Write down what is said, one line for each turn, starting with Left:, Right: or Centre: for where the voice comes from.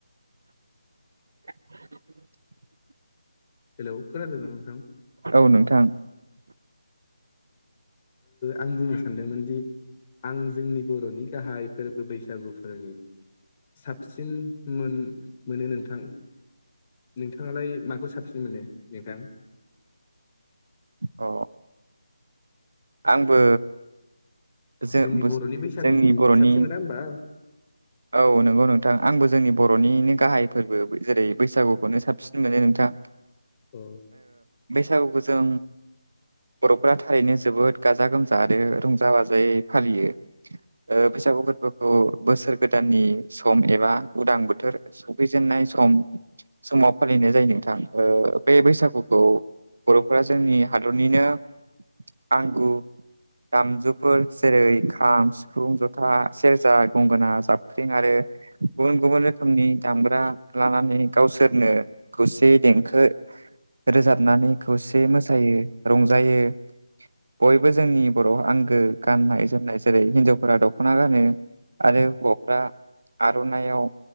Right: <unintelligible>
Left: हेल' खोनादों ना नोंथां
Right: औ नोंथां
Left: आं बुंनो सानदोंमोन दि आं जोंनि बर'नि गाहाय फोरबो बैसागुफोरनि साबसिन मोन मोनो नोंथां नोंथाङालाय माखौ साबसिन मोनो नोंथां
Right: अ आंबो जो
Left: जोंनि
Right: जोंनि
Left: बर'नि बैसागुखौ
Right: बर'नि
Left: साबसिन मोना होमबा
Right: औ नंगौ नोंथां आंबो जोंनि बर'निनो गाहाय फोरबो जेरै बैसागुखौनो साबसिन मोनो नोंथां।
Left: अ
Right: बैसागुखौ जों बर'फोरा थारैनो जोबोद गाजा गोमजा आरो रंजा बाजायै फालियो। बैसागु फोरबोखौ बोसोर गोदाननि सम एबा उदां बोथोर सफैजेननाय सम समाव फालिनाय जायो नोंथां बे बैसागुखौ बर'फोरा जोंनि हादरनिनो आंगु दामजुफोर जेरै खाम सिफुं जथा सेरजा गंगोना जाबख्रिं आरो गुबुन गुबुन रोखोमनि दामग्रा लानानै गावसोरनो खौसे देंखो रोजाबनानै खौसे मोसायो रंजायो। बयबो जोंनि बर' आंगो गाननाय जोमनाय जेरै हिनजावफोरा दख'ना गानो। आरो हौवाफ्रा आर'नाइयाव